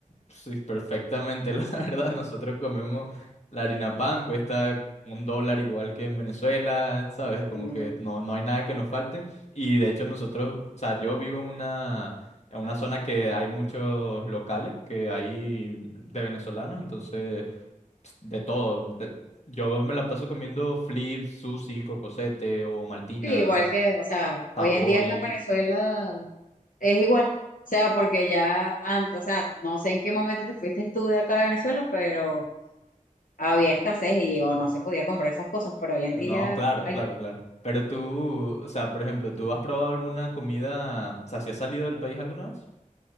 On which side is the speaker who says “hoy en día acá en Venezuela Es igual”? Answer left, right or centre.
Left